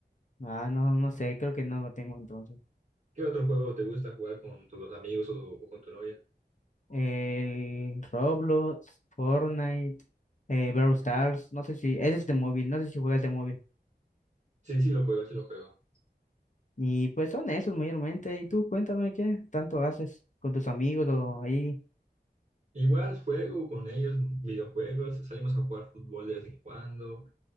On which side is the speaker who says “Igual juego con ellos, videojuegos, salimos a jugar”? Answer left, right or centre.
Right